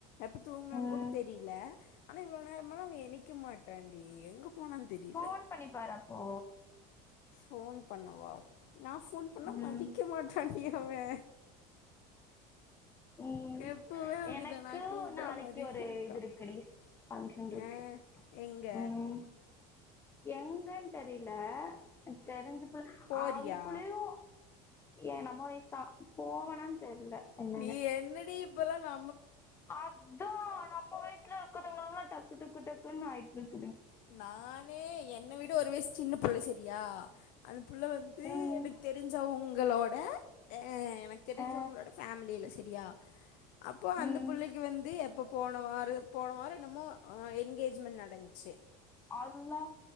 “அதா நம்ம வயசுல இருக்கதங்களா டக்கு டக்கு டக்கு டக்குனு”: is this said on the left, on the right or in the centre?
Left